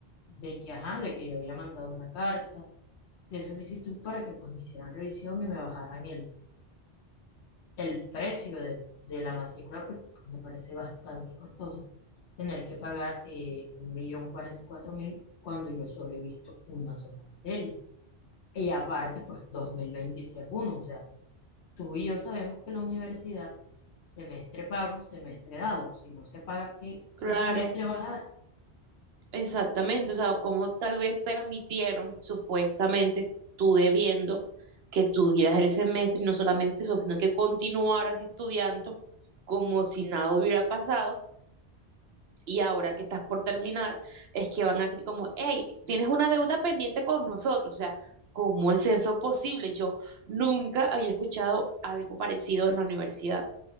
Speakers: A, on the left; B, on the right.
A: de que, ajá, de que yo había mandado una carta de solicitud para que pues me hicieran revisión y me bajaran el el precio de, de la matrícula, porque pues, me parece bastante costoso tener que pagar eh, 1.044.000 cuando yo solo he visto una sola materia. Y aparte, pues dos mil veintitrés uno o sea, tú y yo sabemos que la universidad, semestre pago, semestre dado, si no se paga, ¿qué,
B: Claro.
A: qué semestre vas a
B: Exactamente, o sea, como tal vez permitieron supuestamente tú debiendo que tú dieras el semestre y no solamente eso, sino que continuaras estudiando como si nada hubiera pasado y ahora que estás por terminar es que van a decir como, hey, tienes una deuda pendiente con nosotros, o sea, ¿cómo es eso posible? Yo nunca había escuchado algo parecido en la universidad.